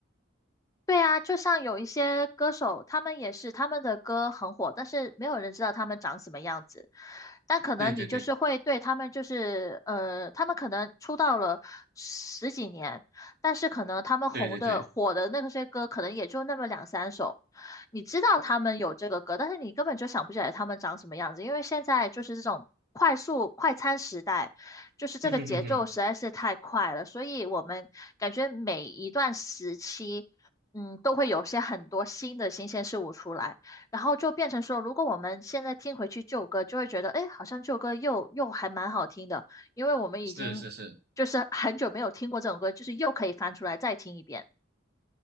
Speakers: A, on the left (about 15°); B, on the right (about 50°).
A: 对啊，就像有一些歌手，他们也是他们的歌很火，但是没有人知道他们长什么样子。但可能你就是会对他们，
B: 对对对
A: 就是呃，他们可能出道了十几年，但是可能他们红的火的那些歌，
B: 对对对，
A: 可能也就那么两三首。你知道他们有这个歌，但是你根本就想不起来他们长什么样子，因为现在就是这种快速快餐时代。就是这个节奏实在是太快了，
B: 嗯哼哼哼，
A: 所以我们感觉每一段时期嗯，都会有些很多新的新鲜事物出来，然后就变成说，如果我们现在听回去旧歌，就会觉得，哎，好像旧歌又又还蛮好听的，因为我们已经就是很久没有听过这种歌，
B: 是是是，
A: 就是又可以翻出来再听一遍。